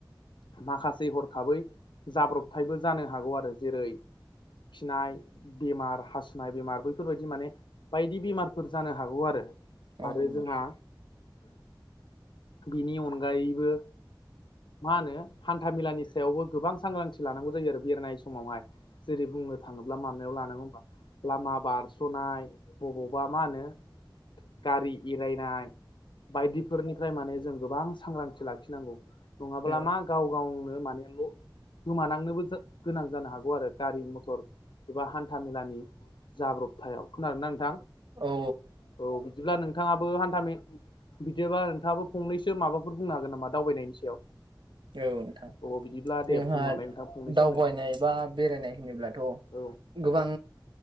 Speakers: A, on the left; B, on the right.
A: माखासे हरखाबै जाब्रबथायबो जानो हागौ आरो जेरै खिनाय बेमार हासुनाय बेमार बैफोरबायाददि माने बायदि बेमारफोर जानो हागौ आरो
B: खोनादों
A: आरो जोंहा बिनि अनगायैबो मा होनो हान्था मेलानि सायावबो गोबां सांग्रांथि लानांगौ जायो आरो बेरायनाय समावहाय जेरै बुंनो थाङोब्ला माबायाव लानांगौ होनबा लामा बारस'नाय बबावबा मा होनो गारि इरायनाय बायदिफोरनि ओमफ्राय माने जों गोबां सांग्रांथि लाखिनांगौ नङाब्ला
B: नोंथां
A: मा गाव गावनो माने ल' गोमानांनोबो गोनां जानो हागौ आरो गारि एबा हान्थाामेलानि जाब्रबथायाव खोनार ना नोंथां
B: औ
A: औ बिदिब्ला नोंथाङाबो हान्थामेला बिदिबा नोंथाङाबो फंनैसो माबफोर बुंनो हागोन नामा दावबायनायनि सायाव?
B: औ नोंथां
A: अ बिदिब्ला
B: जोंहा
A: दे बुंलांलाय नोंथां फंनैसोनो
B: दावबायनाय बा बेरायनाय होनोब्लाथ'
A: औ
B: गोबां